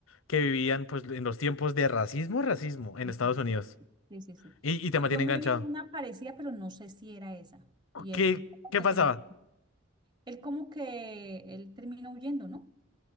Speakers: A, on the left; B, on the right.
A: que vivían pues en los tiempos de racismo, racismo en
B: Sí,
A: Estados
B: sí, sí,
A: Unidos.
B: sí, sí. sí.
A: Y, y te
B: Pero
A: mantiene
B: yo me
A: enganchado.
B: vi una parecida, pero no sé si era esa. Y
A: Oh, ¿Qué,
B: él, él como
A: qué
B: que
A: pasaba?
B: termi- él como que él termina huyendo, ¿no?